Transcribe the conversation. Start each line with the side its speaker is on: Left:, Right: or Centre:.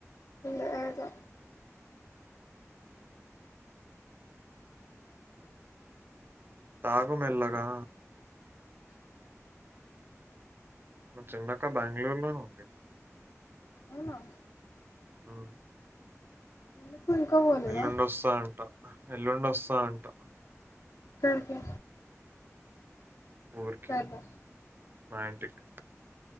Left: లేదు
Right: తాగు మెల్లగా మా చిన్నక్క బెంగళూరులోనే ఉంది ఇంకా
Left: అవునా
Right: అవున్
Left: ఎందుకు ఇంకా పోలేదా
Right: ఎల్లుండి ఒస్తదంట ఎల్లుండొస్తదంట
Left: ఎక్కడికి
Right: ఊరికి
Left: సర్ల
Right: మా ఇంటిక్